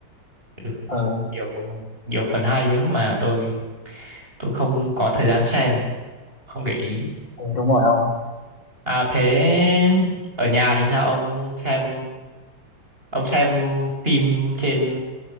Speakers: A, on the right; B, on the left.
A: Ừ,
B: ừ,
A: nhiều nhiều phần hay lắm mà tôi tôi không có thời gian xem không để ý
B: ừ đúng rồi ông
A: à thế ở nhà thì sao ông xem ông xem phim trên